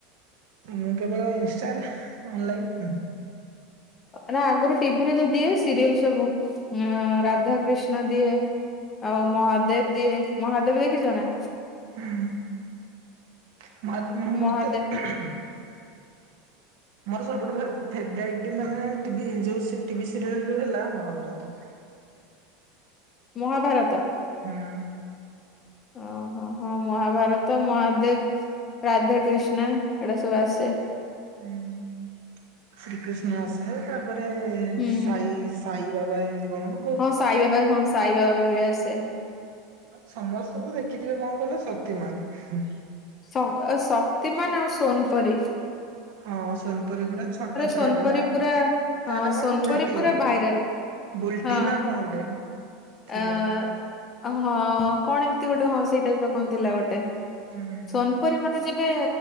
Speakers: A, on the right; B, on the left.
A: ମୁଁ କେବଳ ଇନଷ୍ଟାରେ ଅନଲାଇନ୍
B: ନାଁ ଆଗୁରୁ ଟି ଭି ରେ ଯୋଉ ଦିଏ ସିରିଏଲ ସବୁ ଉଁଅ ରାଧା କ୍ରୀଷ୍ଣ ଦିଏ। ଆଉ ମହାଦେବ ଦିଏ ମହାଦେବ ଦେଖିଚ ନା?
A: ହୁଁ ମହାଦେ ମତେ
B: ମହାଦେବ
A: ମୋର ସବୁଠୁ ଫେ ଫେବରାଇଟ ମାନେ ଟି ଭି ଯୋଉ ସି ଟି ଭି ସିରିଏଲ୍ ହେଲା ମହାଭାରତ।
B: ମହାଭାରତ।
A: ହୁଁ।
B: ଅହ ହଁ ମହାଭାରତ ମହାଦେବ ରାଧେକ୍ରୀଷ୍ଣ ଏଡ଼ା ସୁବୁ ଆସେ।
A: ଉଁ ଶ୍ରୀକ୍ରୀଷ୍ଣ ଆସେ ତାପରେ
B: ହୁଁ
A: ସାଇ ସାଇ ବାବା ଏମତି କଣ ଉ
B: ହଁ ସାଇ ବାବା ହଁ ସାଇ ବାବା ବି ଆସେ।
A: ସମସ୍ତେ ତ ଦେଖିଥିବେ, କଣ କହିଲେ ଶକ୍ତିମାନ।
B: ଶ ଶକ୍ତିମାନ ଆଉ ସୋନପରୀ।
A: ହଁ, ସୋନପୁରୀ ଗୁଡା ଛୋଟ ଛୁଆଟେ
B: ସୋନପରି
A: ନା!
B: ପୁରା
A: ତା
B: ହଁ
A: ନା କଣ,
B: ସୋନପରି
A: ବୁଲଟି
B: ପୁରା ଭାଇରାଲ।
A: ବୁଲଟି
B: ହଁ।
A: ନା କଣ ଗୋଟେ?
B: <unintelligible>
A: ଥିଲା
B: ହଁ, କଣ ଏମତି ଗୋଟେ ହଁ ସେଇ ଟାଇପ ର? କଣ ଥିଲା ଗୋଟେ,
A: ହୁଁ
B: ସୋନପରୀ ମାନେ ଯେ ସେ